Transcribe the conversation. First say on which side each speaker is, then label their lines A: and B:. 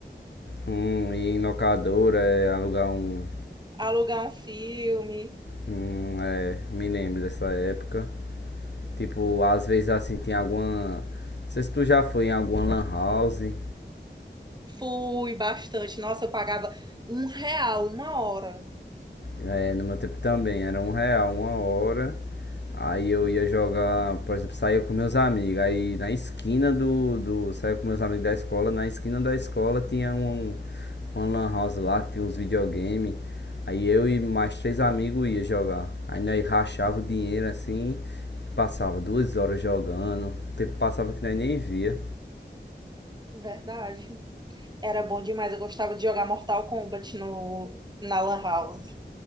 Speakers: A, on the left; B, on the right.
A: Hum, e em locadora, é, alugar um,
B: alugar um filme?
A: um, é, me lembro dessa época. Tipo, às vezes assim, tem alguma, não sei se tu já foi em alguma lan house,
B: Fui bastante. Nossa, eu pagava um real uma hora.
A: É, no meu tempo também, era um real, uma hora. Aí eu ia jogar, por exemplo, saía com meus amigos. Aí na esquina do. do saía com meus amigos da escola, na esquina da escola tinha um, uma lan house lá, que tinha uns videogame. Aí eu e mais três amigos ia jogar. Aí nós rachava o dinheiro assim e passava duas horas jogando. O tempo passava que nós nem via.
B: Verdade. Era bom demais. Eu gostava de jogar Mortal Kombat no, na Lan House.